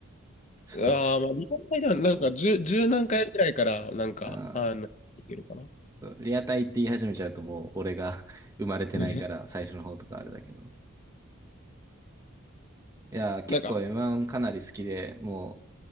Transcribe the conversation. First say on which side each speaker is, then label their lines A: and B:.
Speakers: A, on the right (about 15°); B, on the left (about 30°).
A: <laughs> そう、
B: あー、まあ、リアルタイでは、なんか10、十何回くらいから、なんか、
A: あ
B: あの、いけるかな。
A: そうリアタイって言い始めちゃうともう俺が <laughs> 生まれてないから最初の方とかあれだけど。
B: ね
A: いや結構
B: なんか、
A: M1 かなり好きで、もう